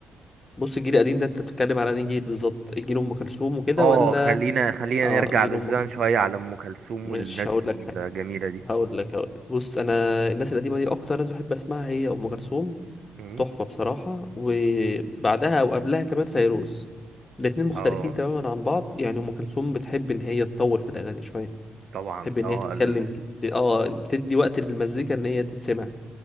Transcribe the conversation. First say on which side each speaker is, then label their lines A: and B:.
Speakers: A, on the left; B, on the right.
A: بص الجيل القديم ده انت بتتكلم على انهي جيل بالظبط جيل ام كلثوم وكده
B: اه
A: ولا
B: خلينا خلينا
A: اه
B: نرجع
A: جيل
B: بالزمن
A: ام كلثوم
B: شوية على أم كلثوم
A: مش
B: والناس
A: هقول لك
B: الجميلة
A: حاجه
B: دي
A: هقول لك هقول لك بص انا الناس القديمه دي اكتر ناس بحب اسمعها هي ام كلثوم
B: مم.
A: تحفه بصراحه وبعدها وقبلها كمان فيروز الاتنين مختلفين
B: اه
A: تماما عن بعض يعني ام كلثوم بتحب ان هي تطول في الاغاني شويه
B: طبعا
A: بتحب ان
B: اه
A: هي تتكلم
B: ال...
A: كت... اه بتدي وقت للمزيكا ان هي تتسمع